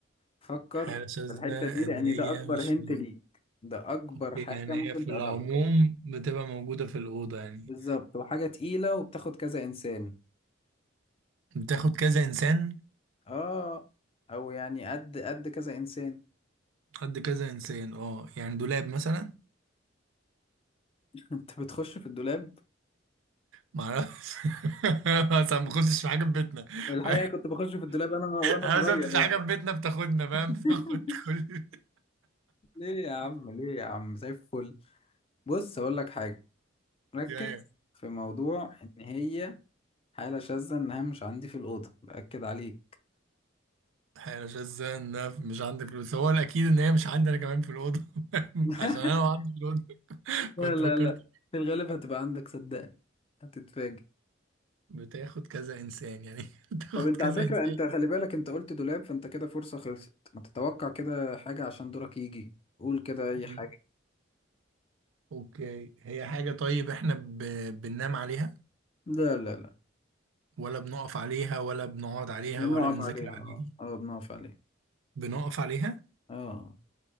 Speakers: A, on the left; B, on the right.
A: فكر
B: حاجة شاذة
A: في الحتة دي لان
B: ان هي
A: ده اكبر
B: مش
A: هنت
B: في الأوضة
A: ليك ده اكبر
B: اوكي
A: حاجة
B: يعني
A: ممكن
B: هي في
A: تقربك
B: العموم بتبقى موجودة في الأوضة يعني
A: بالظبط وحاجة تقيلة وبتاخد كذا انسان
B: بتاخد كذا انسان
A: اه او يعني قد قد كذا انسان
B: قد كذا انسان اه يعني دولاب مثلا
A: <laughs> انت بتخش في الدولاب
B: معرفش <laughs> اصلا ما كنتش في حاجة في بيتنا <laughs>
A: الحقيقة
B: ف-
A: كنت بخش في الدولاب انا وانا
B: انا
A: صغير
B: ما شفتش حاجة
A: يعني
B: في بيتنا بتاخدنا فاهم
A: <laughs>
B: بتاخد كل
A: ليه يا عم ليه يا عم زي الفل بص اقول لك حاجة ركز
B: <laughs> ايوه
A: في موضوع ان هي حالة شاذة إنها مش عندي في الأوضة بأكد عليك
B: انا مش ازاي ان أنا مش عندي فلوس هو الاكيد ان هي مش عندي انا كمان في الاوضه <laughs>
A: <laughs>
B: عشان انا لو عندي في الاوضه <laughs>
A: لا
B: كنت
A: لا
B: فكرت
A: لا لا في الغالب هتبقى عندك صدقني هتتفاجئ
B: بتاخد كذا انسان يعني <laughs> بتاخد
A: طب أنت
B: كذا
A: على فكرة
B: انسان
A: أنت خلي بالك أنت قلت دولاب فأنت كده فرصة خلصت ما تتوقع كده حاجة عشان دورك يجي قول كده أي
B: مم.
A: حاجة
B: اوكي هي حاجه طيب احنا ب... بننام عليها
A: لا لا لا
B: ولا بنقف عليها ولا بنقعد عليها
A: بنقف
B: ولا بنذاكر
A: عليها
B: عليها
A: اه اه بنقف عليها
B: بنقف عليها
A: اه